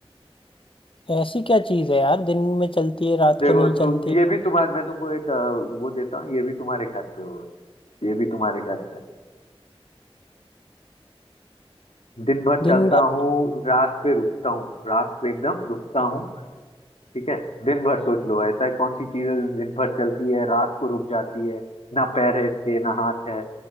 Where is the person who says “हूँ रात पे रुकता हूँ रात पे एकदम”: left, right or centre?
Left